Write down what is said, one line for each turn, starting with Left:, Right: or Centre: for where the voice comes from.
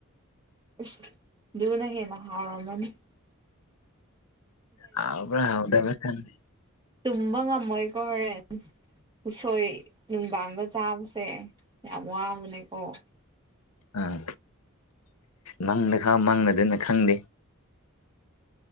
Right: ꯏꯁ ꯗꯨꯅ ꯍꯦꯅ ꯍꯥꯎꯔꯝꯃꯅꯤ꯫
Left: ꯍꯥꯎꯕ꯭ꯔ ꯍꯧꯇꯕꯔꯥ ꯈꯪꯗꯦ꯫
Right: ꯇꯝꯕ ꯉꯃꯣꯏ ꯀꯣ ꯍꯣꯔꯦꯟ꯫ ꯎꯁꯣꯏ ꯅꯨꯡꯕꯥꯡꯕ ꯆꯥꯕꯁꯦ ꯌꯥꯝ ꯋꯥꯕꯅꯦꯀꯣ꯫
Left: ꯑꯥ ꯃꯪꯗ ꯈꯥꯎ ꯃꯪꯅꯗꯅ ꯈꯪꯗꯦ꯫